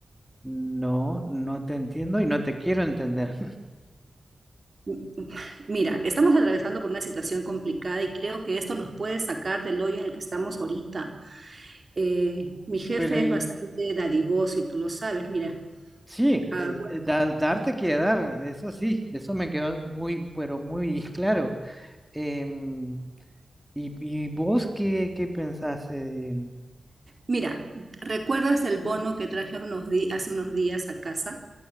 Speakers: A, in the centre; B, on the right.
A: No, no te entiendo y no te quiero entender.
B: M- m- Mira, estamos atravesando por una situación complicada y creo que esto nos puede sacar del hoyo en el que estamos ahorita. Eh,
A: <laughs>
B: mi jefe
A: Pero
B: es
A: y,
B: bastante dadivoso y tú lo sabes. Mira,
A: sí,
B: ah,
A: eh,
B: bueno,
A: eh, da- darte quiere dar, eso sí, eso me quedó muy, pero muy <laughs> claro. Em, y, ¿Y vos qué, qué pensás? em?
B: mira, ¿recuerdas el bono que traje unos di- hace unos días a casa?